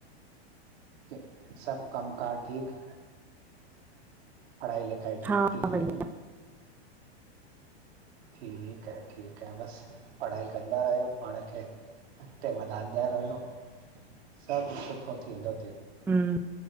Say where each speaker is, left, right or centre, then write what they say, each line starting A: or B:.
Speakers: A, on the right; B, in the centre.
A: क सभ कम कार ठीकु? पढ़ाई लिखाई ठीक
B: हा
A: थी हले
B: बढ़िया
A: न? ठीकु आहे ठीकु आहे बसि पढ़ाई कंदा रहियो पाण खे अॻिते वधाईंन्दा रहो, सभु सुठो थींदो त।
B: ह्म्म,